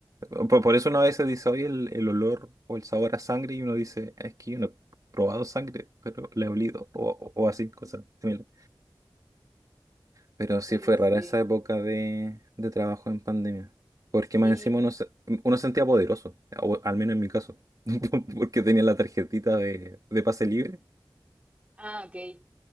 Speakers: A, on the right; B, on the right.
A: Por, por eso uno a veces dice, oye, el, el olor o el sabor a sangre, y uno dice, es que yo no he probado sangre, pero le he olido, o, o- o así, cosas similares. Pero sí
B: pues
A: fue
B: no sé.
A: rara esa época de, de trabajo en pandemia, porque
B: Sí,
A: más encima uno, se- uno sentía poderoso, o al menos en mi caso, <laughs> porque tenía la tarjetita de, de pase libre,
B: ah, ok.